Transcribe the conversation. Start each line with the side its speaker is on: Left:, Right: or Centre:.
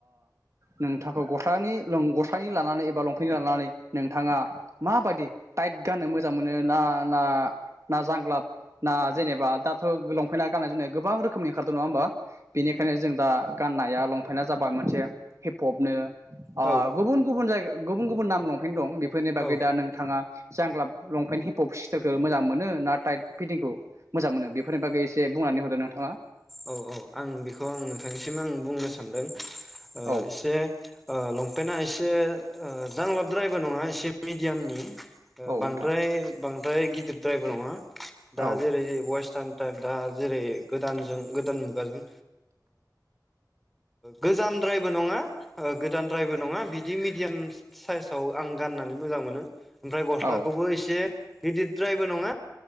Right: नोंथांखौ गस्लानि गस्लानि लानानै एबा लंफेन्नि लानानै नोंथाङा माबायदि टाइट गाननो मोजां मोनो ना ना ना जांग्लाब ना जेनेबा दाथ' लंफेन्ना गाननाय जोमनाय गोबां रोखोमनि ओंखारदों नङा होमबा बेनिखायनो जों दा गाननाया लंपेन्टना जाबाय मोनसे हिप हपनो अ
Centre: औ
Right: गुबुन गुबुन जायगा गुबुन गुबुन नाम लंफेन दं बेफोरनि बागै
Centre: औ
Right: दा नोंथाङा जांलाब लंपेन्ट हिपप सिस्टारखौ मोजां मोनो ना टाइट फिटिंखौ मोजां मोनो बेफोरनि बागै बुंनानै हरदो नोंथाङा
Centre: औ औ आं बेखौ आं नोंथांनिसिम आं बुंनो सानदों
Right: औ
Centre: एसे लं लंपेना एसे जांलाबद्रायबो नङा एसे मिडियामनि
Right: औ
Centre: बांद्राय
Right: नोंथां
Centre: बांद्रा बांद्राय गिदिरद्रायबो नङा दा
Right: औ
Centre: जेरै वेर्स्थान दा जेरै गोदानजों गोदान मुगाजों गोजामद्रायबो नङा गोदानद्रायबो नङा बिदि मिडियाम साइज आं गाननानै मोजां मोनो ओमफ्राय गस्लाखौबो
Right: औ
Centre: एसे गिदिरद्रायबो नङा